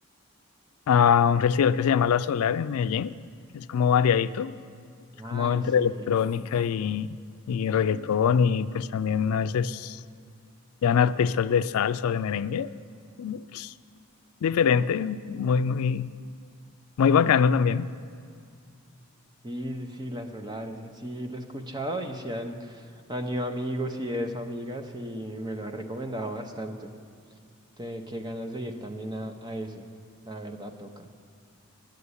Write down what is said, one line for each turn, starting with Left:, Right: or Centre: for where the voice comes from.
Left: a un festival que se llama La Solar en Medellín, que es como variadito, es
Right: Ay,
Left: como entre
Right: sí,
Left: electrónica y, y reggaetón y pues también a veces Eran artistas de salsa, de merengue. pues, diferente, muy, muy, muy bacano también.
Right: sí, sí, sí, las Solares, en sí, lo he escuchado y sí han, han ido amigos y eso, amigas, y me lo han recomendado bastante. Te- qué ganas de ir también a, a ese. La verdad, toca,